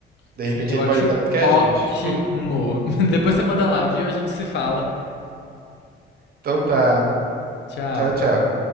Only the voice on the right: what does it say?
De
repente
ele
pode olhar que é
a gente.
Então tá.
Tchau, tchau.